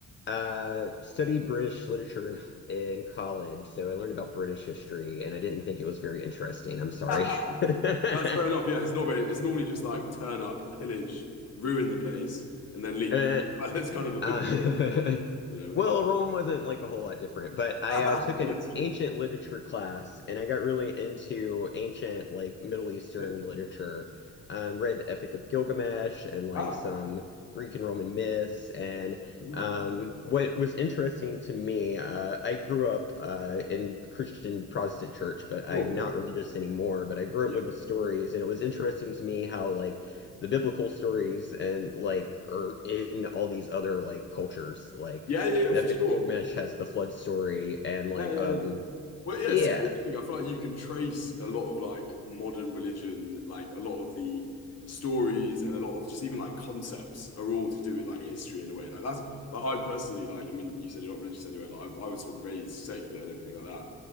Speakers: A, on the left; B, on the left.
A: uh, studied British literature in, in college. So I learned about British history and I didn't think it was very interesting. I'm sorry.
B: <laughs>
A: <laughs>
B: That's fair enough. Yeah, it's not very, it's normally just like turn up, pillage, ruin the place, and then leave.
A: Uh,
B: <laughs> That's kind of a bit
A: Uh,
B: boring,
A: <laughs>
B: you know, when
A: well,
B: it goes.
A: Rome wasn't like a whole lot different, but I
B: <laughs>
A: uh, took an
B: Yes, true.
A: ancient literature class and I got really into ancient, like Middle Eastern
B: Sick.
A: literature. Um, read the Epic of Gilgamesh and like
B: Wow.
A: some Greek and Roman myths. And
B: Good man.
A: um, what was interesting to me, uh, I grew up uh, in Christian Protestant church, but I'm
B: Sure.
A: not religious anymore. But I grew
B: Yeah.
A: up with the stories, and it was interesting to me how like the biblical stories and like are in all these other like cultures. Like
B: Yeah. Yeah. yeah,
A: the
B: For
A: Epic
B: sure.
A: of Gilgamesh has the flood story and like
B: Yeah. Yeah.
A: um
B: Yeah. Well, yeah,
A: yeah,
B: it's super interesting. I feel like you can trace a lot of like modern religion, like a lot of the stories and a lot of just even like concepts are all to do with like history in a way. Like that's like I personally like. I mean, you said you're not religious anyway. Like I, I was sort of raised secular and everything like that,